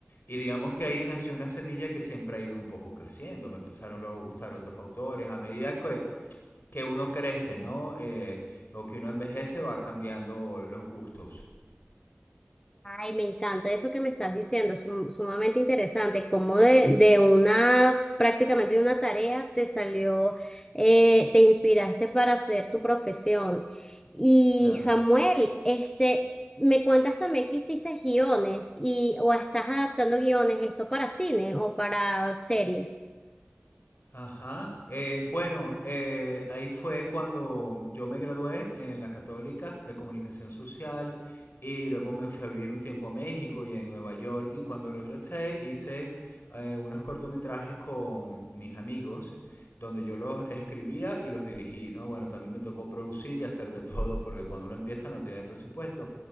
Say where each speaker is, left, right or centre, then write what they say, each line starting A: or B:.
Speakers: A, on the left (about 55°); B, on the left (about 15°).
A: Y digamos que ahí nació una semilla que siempre ha ido un poco creciendo. Me empezaron luego a gustar otros autores. A medida que, que uno crece, ¿no? Eh, o que uno envejece, va cambiando los gustos.
B: Ay, me encanta eso que me estás diciendo, es sum- sumamente interesante, cómo de, de una, prácticamente de una tarea te salió, eh, te inspiraste para hacer tu profesión. Y
A: Claro.
B: Samuel, este, me cuentas también que hiciste guiones y, o estás adaptando guiones, esto para cine o para series.
A: Ajá. Eh, bueno, eh, ahí fue cuando yo me gradué en la Católica de Comunicación Social y luego me fui a vivir un tiempo a México y en Nueva York y cuando regresé hice eh, unos cortometrajes con mis amigos donde yo los escribía y los dirigí, ¿no? Bueno, también me tocó producir y hacer de todo, porque cuando uno empieza no tiene presupuesto.